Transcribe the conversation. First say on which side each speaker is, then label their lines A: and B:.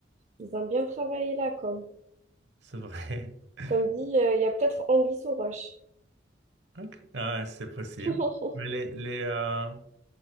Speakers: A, on the right; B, on the right.
A: Ils ont bien travaillé là, comme.
B: C'est vrai. <laughs>
A: Comme dit, euh, il y a peut-être anguille sous roche.
B: Ok. Ah ouais, c'est possible.
A: <laughs>
B: Mais les, les, euh,